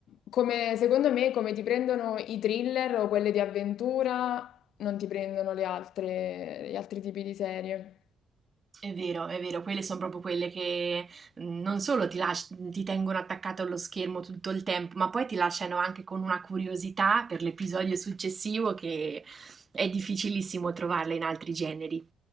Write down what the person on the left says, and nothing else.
come, secondo me come ti prendono i thriller o quelle di avventura, non ti prendono le altre, gli altri tipi di serie.